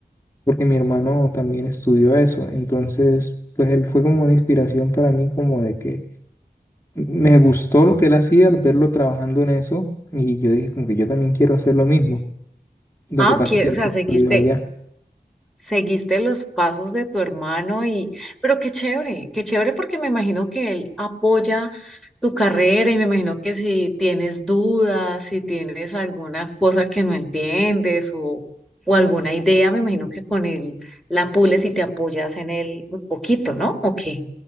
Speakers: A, on the left; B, in the centre.
A: porque mi hermano también estudió eso. Entonces, pues él fue como una inspiración para mí, como de que me gustó lo que él hacía al verlo trabajando en eso y yo dije como que yo también quiero hacer lo mismo. Lo
B: Ah,
A: que pasa
B: ok,
A: es que él
B: o sea,
A: sí estudió
B: seguiste,
A: allá.
B: Seguiste los pasos de tu hermano y, pero qué chévere, qué chévere porque me imagino que él apoya tu carrera y me imagino que si tienes dudas, si tienes alguna cosa que no entiendes o, o alguna idea, me imagino que con él la pules y te apoyas en él un poquito, ¿no? Ok.